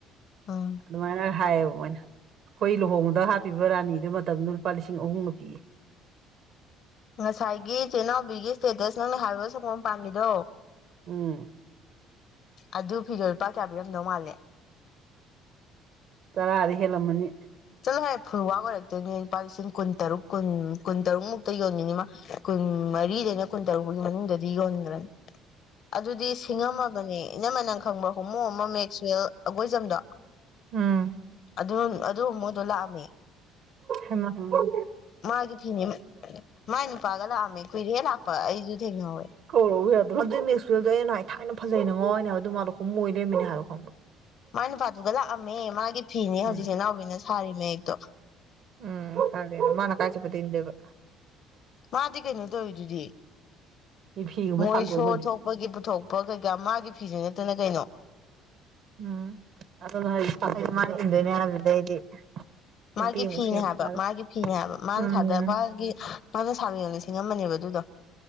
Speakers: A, on the left (about 55°); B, on the right (about 60°).
A: ꯑ
B: ꯑꯗꯨꯃꯥꯏꯅ ꯍꯥꯏꯌꯦꯕ ꯃꯣꯏꯅ ꯑꯩꯈꯣꯏ ꯂꯨꯍꯣꯡꯕꯗ ꯍꯥꯞꯄꯤꯕ ꯔꯥꯅꯤꯗꯨ ꯃꯇꯝꯗꯨꯗ ꯂꯨꯄꯥ ꯂꯤꯁꯤꯡ ꯑꯍꯨꯝꯒ ꯄꯤꯌꯦ
A: ꯉꯁꯥꯏꯒꯤ ꯆꯤꯅꯥꯎꯕꯤꯒꯤ ꯏꯁꯇꯦꯇꯁ ꯅꯪꯅ ꯍꯥꯏꯕ ꯁꯪꯒꯣꯝ ꯄꯥꯝꯃꯤꯗꯣ
B: ꯎꯝ
A: ꯑꯗꯨ ꯐꯤꯗꯣ ꯂꯨꯄꯥ ꯀꯌꯥ ꯄꯤꯔꯝꯗꯧ ꯃꯥꯜꯂꯦ
B: ꯇꯔꯥꯗꯤ ꯍꯦꯜꯂꯝꯃꯅꯤ
A: ꯆꯠꯂꯣꯍꯦ ꯐꯨꯜ ꯋꯥ ꯑꯣꯏꯔꯛꯇꯣꯏꯅꯦ ꯂꯨꯄꯥ ꯂꯤꯁꯤꯡ ꯀꯨꯟ ꯇꯔꯨꯛ ꯀꯨꯟ ꯀꯨꯟ ꯇꯔꯨꯛ ꯃꯨꯛꯇ ꯌꯣꯟꯅꯤꯡꯤꯅꯤꯃ ꯀꯨꯟ ꯃꯔꯤꯗꯒꯤꯅ ꯀꯨꯟ ꯇꯔꯨꯛꯒꯤ ꯃꯅꯨꯡꯗꯗꯤ ꯌꯣꯟꯈ꯭ꯔꯅꯤ ꯑꯗꯨꯗꯤ ꯁꯤꯡꯉꯝꯃꯕꯅꯦ ꯏꯅꯃ ꯅꯪ ꯈꯪꯕꯔꯣ ꯍꯣꯃꯣ ꯑꯃ ꯃꯦꯛꯆꯋꯦꯜ ꯑꯩꯒꯣꯏꯖꯝꯗꯣ
B: ꯎꯝ
A: ꯑꯗꯨ ꯑꯗꯨ ꯍꯣꯃꯣꯗꯣ ꯂꯥꯛꯑꯝꯃꯦ
B: inaudible
A: ꯃꯥꯒꯤ ꯐꯤꯅꯤ ꯃꯥꯏ ꯅꯨꯄꯥꯒ ꯂꯥꯛꯑꯝꯃꯦ ꯀꯨꯏꯔꯦꯍꯦ ꯂꯥꯛꯄ ꯑꯩꯁꯨ ꯊꯦꯡꯅꯍꯧꯋꯦ
B: ꯀꯧꯔꯛꯎꯌꯥꯗꯔꯣ ꯑꯗꯨ꯭ꯏ‌ ꯃꯦꯛꯆꯋꯦꯂꯗꯣ ꯑꯩꯅ ꯅꯥꯍꯋꯥꯏ ꯊꯥꯏꯅ ꯐꯖꯩꯅ ꯉꯥꯎꯥꯏꯅꯦ ꯍꯥꯏꯕ ꯑꯗꯨ ꯃꯥꯗꯣ ꯍꯣꯃꯣ ꯃꯣꯏ ꯂꯩꯝꯃꯤꯅꯦ ꯍꯥꯏꯕ ꯈꯪꯕ
A: ꯃꯥꯏ ꯅꯨꯄꯥꯗꯨꯒ ꯂꯥꯛꯑꯝꯃꯦ ꯃꯥꯒꯤ ꯐꯤꯅꯦ ꯍꯧꯖꯤꯛ
B: ꯎꯝ
A: ꯆꯦꯅꯥꯎꯕꯤꯅ ꯁꯥꯔꯤ ꯃꯌꯦꯛꯇꯣ
B: ꯎꯝ ꯀꯔꯅ ꯃꯥꯅ ꯀꯥꯏꯆ ꯄꯠꯇꯤ ꯏꯟꯗꯨꯏꯕ
A: ꯃꯥꯗꯤ ꯀꯩꯅꯣ ꯇꯧꯔꯤꯗꯨꯗꯤ
B: ꯃꯤ ꯐꯤꯒꯨꯝꯕ
A: ꯃꯣꯏ
B: ꯁꯥꯝꯗꯣꯛꯑꯝꯃꯗꯤ
A: ꯁꯣ ꯊꯣꯛ ꯃꯣꯏꯒꯤ ꯄꯨꯊꯣꯛꯄ ꯀꯩꯀꯥ ꯃꯥꯒꯤ ꯐꯤꯁꯤꯡ ꯅꯠꯇꯅꯤ ꯀꯩꯅꯣ
B: ꯎꯝ inaudible ꯃꯥꯅ ꯏꯟꯗꯨꯏꯅꯦ ꯍꯥꯏꯕꯗꯨꯗꯤ ꯑꯩꯗꯤ ꯅꯨꯄꯤ
A: ꯃꯥꯒꯤ
B: ꯑꯃꯨꯛ
A: ꯐꯤꯅꯦ
B: ꯁꯦꯝ
A: ꯍꯥꯏꯕ
B: ꯁꯥꯔꯦ
A: ꯃꯥꯒꯤ ꯐꯤꯅꯦ ꯍꯥꯏꯕ ꯃꯥꯅ
B: ꯎꯝ
A: ꯊꯥꯗ ꯃꯥꯒꯤ ꯃꯥꯅ ꯁꯥꯕ ꯂꯤꯁꯤꯡꯉꯝꯃꯅꯦꯕ ꯑꯗꯨꯗꯣ